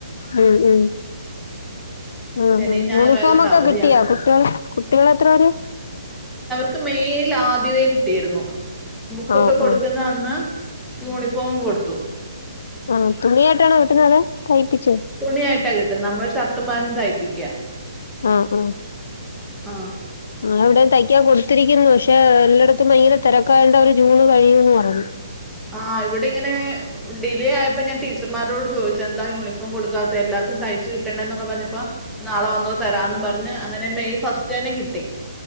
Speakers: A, on the left; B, in the centre.
A: ഉം ഉം ഉം
B: ശനി
A: ഊം
B: ഞായർ
A: യൂണിഫോമൊക്കെ
B: ആയതുകൊണ്ട് അവധിയാണല്ലോ
A: കിട്ടിയാ കുട്ടികൾ കുട്ടികൾ എത്രേര്
B: ക്ക് മേയിൽ ആദ്യമേ കിട്ടിയിരുന്നു ബുക്കൊക്കെ
A: ആഹ്
B: കൊടുക്കുന്ന
A: ആഹ്
B: അന്ന് യൂണിഫോമും കൊടുത്തു
A: ആ തുണിയായിട്ടാണോ കിട്ടുന്നെ അതോ തയ്പ്പിക്ക്
B: തുണിയായിട്ടാ കിട്ടും നമ്മൾ ഷർട്ട്‌ <unintelligible> തയ്പ്പിയ്‌ക്യാ
A: ആ ആ
B: ആ
A: ങ്ങള എവിടന്ന് തയ്ക്കാൻ കൊടുത്തിരിക്കുന്നു പക്ഷെ എല്ലായിടത്തും ഭയങ്കര തിരക്കായോ ണ്ടേ ജൂണ് കഴിയൂന്നെ പറഞ്ഞു
B: ആ ഇവിടിങ്ങനെ ഡിലേ ആയപ്പോ ഞാൻ ടീച്ചർമാരോട് ചോദിച്ച എന്താ യൂണിഫോം കൊടുക്കാത്ത് എല്ലർക്കും തയ്പ്പ് തച്ചു കിട്ടണ്ടേന്നൊക്കെ പറഞ്ഞപ്പോ നാളെ വന്നോ തരാംന്ന് പറഞ്ഞു അങ്ങനെ മെയ് ഫസ്റ്റ് തന്നെ കിട്ടി